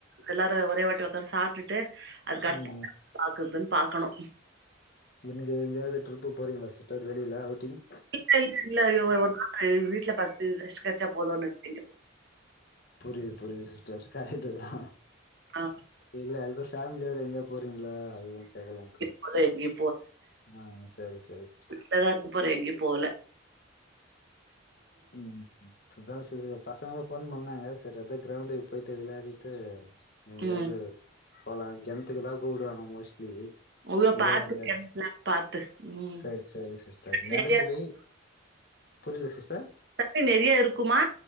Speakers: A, on the right; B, on the left.
A: எல்லாரு ஒரே வாட்டி வக்காந்து சா ட்டுட்டு அதுக்கு அடுத்த
B: ம்
A: பாக்குறதுன் பாக்கணு
B: நீக்கு எங்கயாவது ட்ரிப்பு போறீங்களா சிஸ்டர் வெளியில அவுட்டிங்
A: இல்ல இல்ல இல்ல ஒரு நாள் வீட்ல பத்து ரெஸ்ட் கிச்சா போதும்ன்னுங்க
B: புரியுது புரியுது சிஸ்டர் கரெக்ட்டு தா
A: ஆ
B: இல்ல அ ஃபேமிலியோட எங்க போறீங்களா அதல்லா கேக்கலாக்கு
A: எங்கயும் போல எங்கயு
B: ஆ சரி சரி சிஸ்டர்
A: இங்கதா இருக்க போறே எங்கையு போல
B: ம் ம் இதா சீஸ் பசங்களு போன் பண்ணாங்க சர் அதா க்ரௌண்டுக்கு போயிட்டு விளையாட்டு போப்பயட்டு எங்கயாவது
A: ம்
B: போலா கெணத்துக்கு தா கூப்டுவாங்க மோஸ்ட்லி
A: உ
B: இங்க
A: பாத்து
B: இந்த
A: கமலா பாத்து ம்
B: சரி சரி சிஸ்டர் நெறையவே
A: நெறைய
B: புரியல சிஸ்டர்
A: தட்டு நெறைய இருக்குமா